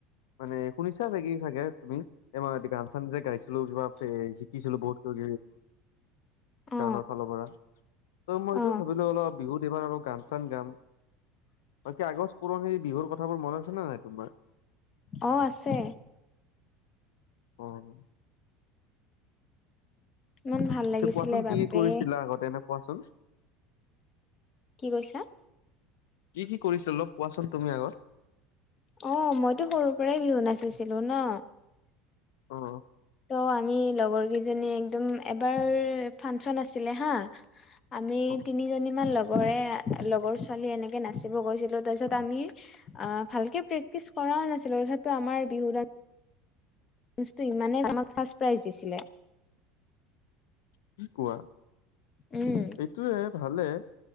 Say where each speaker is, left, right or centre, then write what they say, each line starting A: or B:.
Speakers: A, on the left; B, on the left.
A: মানে শুনিছা চাগ কি চাগে তুমি এই মই গান চান যে গাইছা। টো কিবা শিকিছিলো বহুতকত।
B: অ
A: গানৰ ফালৰ পৰা ত মই এইটোয়ে
B: অ
A: ভাবিলো অলপ বিহুত এইবাৰ অল গান চান গাম। ত আগজ পুৰণি বিহুৰ কথাবোৰ মন আছে নে নাই তোমাৰ।
B: অ আছে।
A: অহ।
B: ইমান ভাল
A: পিছে
B: লাগিছিলে
A: কোৱাচোন
B: বাপৰে
A: কি কি কৰিছিলা আগতেনে কোৱাচোন।
B: কি কৈছা।
A: কি কি কৰিছিল লগ কোৱাচোন তুমি আগত।
B: অ মইতো সৰু পৰাই বিহু নাচিছিলো ন।
A: অ।
B: ত' আমি লগৰ কেইজনী একদম এবাৰ ফাংচন আছিলে হা। আমি
A: অ
B: তিনিজনীমান লগৰে। লগৰ ছোৱালী এনেকে নাচিব গৈছিলো তাৰ পিছত আমি অ ভালকে প্ৰেক্টিচ কৰাও নাছিলো। সেইটো আমাৰ বিহু। জটো ইমানেই আমাক ফাৰ্ষ্ট প্ৰাইজ দিছিলে।
A: কি কোৱা।
B: উম
A: এইটোয়ে ভালে।